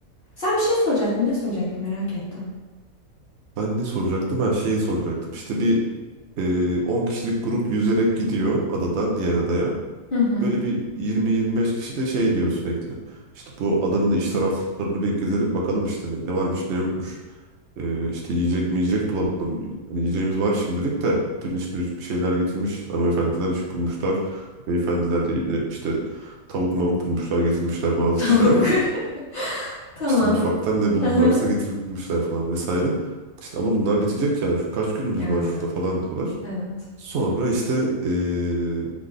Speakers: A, on the left; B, on the right.
A: Sen bir şey soracaktın. Ne soracaktın merak ettim.
B: Ben ne soracaktım? Ben şeyi soracaktım. İşte bir e, 10 kişilik grup yüzerek gidiyor adadan diğer adaya.
A: Hı hı.
B: Böyle bir 20-25 kişi de şey diyor sürekli. İşte bu adanın iç taraflarını bir gezelim bakalım işte ne, ne varmış ne yokmuş. E, işte yiyecek mi yiyecek bulalım. Hani yiyeceğimiz var şimdilik de pirinç pirinç bir şeyler getirmiş. Hanımefendiler iş bulmuşlar. Beyefendiler de yine işte tavuk mavuk bulmuşlar getirmişler bazı
A: Tavuk.
B: kişiler ama
A: <laughs> Tamam.
B: işte mutfaktan ne buldularsa
A: Aha.
B: getirmişler falan vesaire. İşte ama bunlar bitecek yani şu kaç günümüz
A: Yani
B: var şurada falan diyorlar.
A: evet.
B: Sonra işte eee,